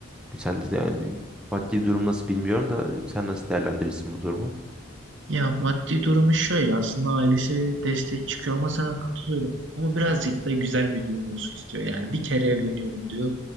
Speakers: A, in the centre; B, on the right.
A: Sen de yani maddi durum nasıl bilmiyorum da sen nasıl değerlendirirsin bu durumu?
B: Ya maddi durumu şöyle aslında ailesi destek çıkıyor ama sana katılıyorum. Ama birazcık da güzel bir düğün olsun istiyor. Yani bir kere evleniyorum diyor.